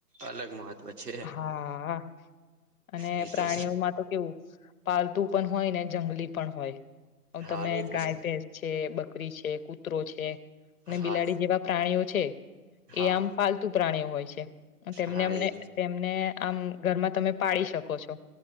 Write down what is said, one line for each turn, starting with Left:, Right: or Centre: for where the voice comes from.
Right: અલગ મહત્વ છે
Left: હા અને
Right: નહી
Left: પ્રાણીઓમાં
Right: તો
Left: તો કેવું પાલતુ. હોય ને જંગલી પણ હોય <unintelligible>
Right: હા
Left: તમે
Right: એ તો
Left: ગાય
Right: છે
Left: ભેસ છે, બકરી છે <unintelligible> છે, અને
Right: હા
Left: બિલાડી જેવા પ્રાણીઓ છે, એ
Right: હા
Left: આમ પાલતુ પ્રાણીઓ હોય છે. તેમને
Right: હા
Left: અમને
Right: એ
Left: તેમને આમ ઘરમાં તમે પાડી શકો છો.